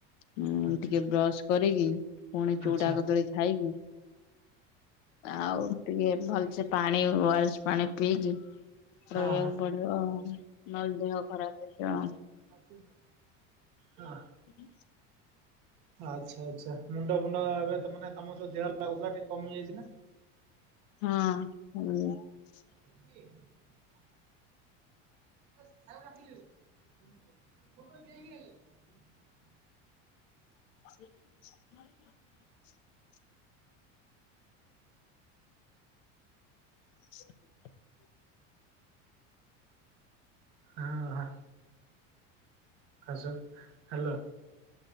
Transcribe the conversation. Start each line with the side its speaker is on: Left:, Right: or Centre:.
Left: ହୁଁ
Right: ଆଚ୍ଛା।
Left: ଟିକେ ବ୍ରଶ କରିକି ପୁଣି
Right: ଆଚ୍ଛା
Left: ଚୁଡ଼ା କଦଳୀ ଖାଇକି ଆଉ ଟିକେ ଭଲସେ ପାଣି ୱାଳସ ପାଣି ପିଇକି
Right: ହଁ
Left: ରହିବାକୁ ପଡିବ ଆଉ ନହେଲେ ଦେହ ଖରାପ ହେଇଯିବ।
Right: ହଁ ହଁ
Left: ହୁଁ <unintelligible>
Right: ହ <inaudible> ଆଚ୍ଛା ଆଚ୍ଛା ମୁଣ୍ଡ ଫୁଣ୍ଡ ଏବେ ତମର ଯୋଉ ଦେହ ଲାଗୁଥିଲା ଟିକେ କମି ଯାଇଛି ନା?
Left: ହଁ।
Right: <inaudible> ଆ ଖାଇବାକୁ ଡାକିକି ଦେଇଦବୁ <unintelligible>
Left: <inaudible> <unintelligible>
Right: ହଁ ଆ ଆସ ହ୍ୟାଲୋ।